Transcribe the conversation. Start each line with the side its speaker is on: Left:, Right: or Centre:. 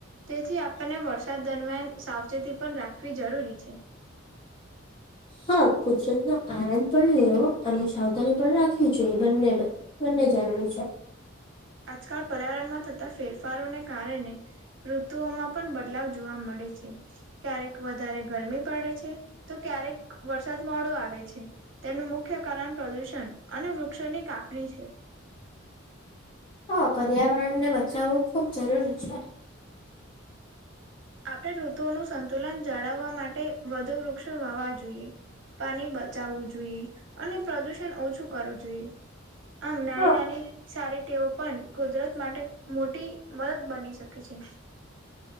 Right: તેથી આપણને વરસાદ દરમિયાન સાવચેતી પણ રાખવી જરૂરી છે.
Left: હા કુદરત નો આનંદ પણ લેવો અને સાવધાની પણ રાખવી જોઈએ બંને બંને જરૂરી છે
Right: આજકાલ પર્યાવરણમાં થતા ફેરફારોને કારણે ઋતુઓમાં પણ બદલાવ જોવા મળે છે. ક્યારેક વધારે ગરમી પડે છે તો ક્યારેક વરસાદ મોડો આવે છે. તેનું મુખ્ય કારણ પ્રદુષણ અને વૃક્ષોની કાપણી છે.
Left: હા, પર્યાવરણ ને બચાવવું ખુબ જરૂરી છે.
Right: આપણે ઋતુઓનું સંતુલન જાળવવા માટે વધુ વૃક્ષ વાવવા જોઈએ. પાણી બચાવવું જોઈએ, અને પ્રદુષણ ઓછું કરવું જોઈએ. આમ નાની-નાની
Left: હા
Right: સારે ટેવ પણ કુદરત માટે મોટી મદદ બની શકે છે.